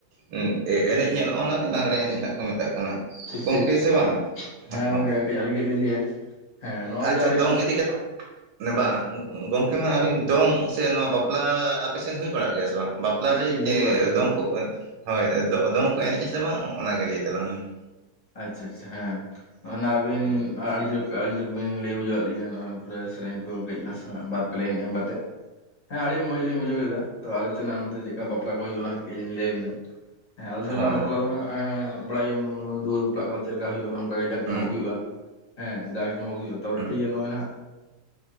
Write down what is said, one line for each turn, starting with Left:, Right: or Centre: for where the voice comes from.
Right: ᱦᱮᱸ ᱮᱱᱮᱡ ᱧᱮᱞᱚᱜ-ᱟ ᱚᱱᱟᱜᱮ ᱞᱟᱜᱽᱲᱮ ᱮᱱᱮᱡ ᱠᱚ ᱢᱮᱛᱟᱜ ᱠᱟᱱᱟ
Left: ᱴᱷᱤᱠ
Right: ᱜᱚᱝᱠᱮ
Left: ᱴᱷᱤᱠ
Right: ᱥᱮ ᱵᱟᱝ
Left: ᱦᱮᱸ
Right: ᱦᱳᱭ
Left: ᱜᱚᱝᱠᱮ ᱠᱟᱹᱡ ᱟᱹᱞᱤᱧ ᱜᱮ ᱞᱤᱧ ᱞᱟᱹᱭᱟ ᱦᱮᱸ ᱱᱚᱜᱼᱚᱭ
Right: ᱟᱪᱪᱷᱟ
Left: ᱡᱮ ᱟᱹᱰᱤᱞᱤ
Right: ᱫᱚᱝ
Left: ᱱᱟ
Right: ᱤᱫᱤ ᱠᱟᱛᱮ ᱵᱟᱝ ᱜᱚᱝᱠᱮ ᱢᱟ ᱟᱵᱤᱱ ᱫᱚᱝ ᱥᱮ ᱱᱚᱣᱟ ᱵᱟᱯᱞᱟ ᱟᱯᱮᱥᱮᱫ ᱦᱩᱭ ᱵᱟᱲᱟᱜ ᱜᱮᱭᱟ ᱥᱮ ᱵᱟᱝ ᱵᱟᱯᱞᱟᱨᱮ
Left: ᱴᱷᱤᱠ ᱴᱷᱤᱠ ᱦᱩᱭ ᱵᱟᱲᱟᱜ ᱜᱮᱭᱟ ᱦᱩᱭ
Right: ᱫᱚᱝ
Left: ᱵᱟᱲᱟᱜ
Right: ᱠᱚ
Left: ᱜᱮᱭᱟ
Right: ᱦᱳᱭ ᱫᱚᱝ ᱠᱚ ᱮᱱᱮᱡ ᱟᱥᱮ ᱵᱟᱝ ᱚᱱᱟᱜᱮ ᱞᱟᱹᱭ ᱛᱟᱞᱟᱝ ᱢᱮ
Left: ᱟᱪᱷᱟ ᱟᱪᱷᱟ ᱦᱮᱸ ᱮ ᱟᱹᱵᱤᱱ
Right: ᱢᱮ
Left: ᱟᱹᱰᱤ ᱡᱳᱚᱠ ᱟᱹᱰᱤ ᱡᱳᱚᱠᱵᱤᱱ ᱞᱟᱹᱭ ᱵᱩᱷᱟᱹᱣᱮᱫ ᱞᱤᱧ ᱱᱚᱜᱼ ᱯᱮ ᱥᱮᱨᱮᱧ ᱠᱚ ᱠᱟᱹᱡ ᱱᱟᱥᱮᱱᱟᱜ ᱵᱟᱨ ᱯᱞᱟᱭ ᱧᱩᱢᱞᱟᱛᱮ ᱦᱮᱸ ᱟᱹᱰᱤ ᱢᱚᱸᱡᱽᱤᱧ ᱵᱩᱡᱷᱟᱹᱣ ᱠᱮᱫᱟ ᱛᱳ ᱟᱞᱮᱥᱮᱱᱟᱜ ᱱᱚᱛᱮ ᱪᱮᱫ ᱞᱮᱠᱟ ᱵᱟᱯᱞᱟ ᱠᱚ ᱦᱩᱭᱩᱜᱼᱟ ᱚᱱᱟ ᱠᱟᱹ ᱞᱤᱧ ᱞᱟᱹᱭᱟᱵᱤᱱᱟ ᱦᱮᱸ ᱟᱞᱮ ᱥᱮᱫᱱᱟᱜ
Right: ᱦᱳᱭ
Left: ᱵᱟᱯᱞᱟ
Right: ᱦᱳᱭ
Left: ᱫᱚ ᱱᱟᱦᱟᱜ ᱵᱟᱲᱟᱭᱟᱢ ᱫᱩᱣᱟᱹᱨ ᱵᱟᱯᱟᱜ ᱠᱚ ᱪᱮᱫ ᱞᱮᱠᱟ ᱦᱩᱭᱩᱜᱼᱟ ᱱᱚᱝᱠᱟ ᱜᱮ ᱡᱟᱠ ᱡᱚᱢᱚᱠ
Right: ᱦᱩᱸ
Left: ᱦᱩᱭᱩᱜᱼᱟ ᱦᱮᱸ ᱡᱟᱠ ᱡᱚᱢᱚᱠ ᱦᱩᱭᱩᱜᱼᱟ ᱛᱟᱨᱚᱨᱮ
Right: ᱦᱩᱸ
Left: ᱴᱷᱤᱠ ᱜᱮᱭᱟ ᱱᱚᱜᱼᱚᱭ ᱱᱟᱦᱟᱜ